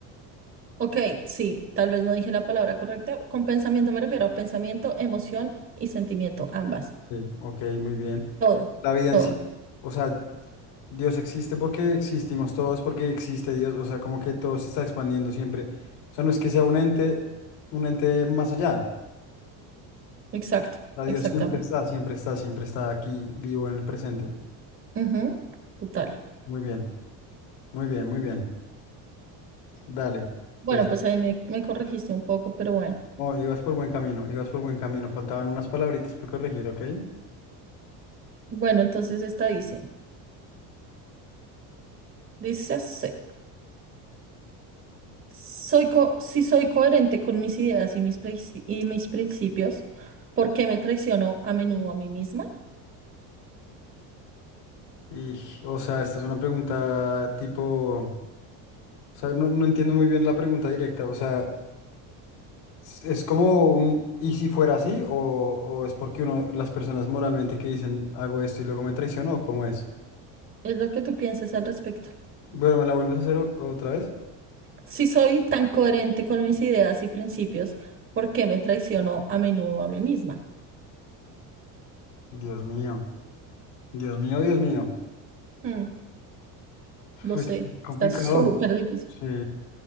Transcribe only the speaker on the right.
Ok, sí, tal vez no dije la palabra correcta. Con pensamiento me refiero a pensamiento, emoción y sentimiento, ambas.
Todo,
todo.
Exacto,
exactamente.
Ujú, total.
Bueno,
pues ahí me, me corregiste un poco, pero bueno.
Bueno, entonces esta dice, dice así. Soy co- si soy coherente con mis ideas y mis, pris- y mis principios, ¿por qué me traiciono a menudo a mí misma?
Es lo que tú piensas al respecto.
Si soy tan coherente con mis ideas y principios, ¿por qué me traiciono a menudo a mí misma?
Mm, lo
sé,
está <laughs> súper difícil.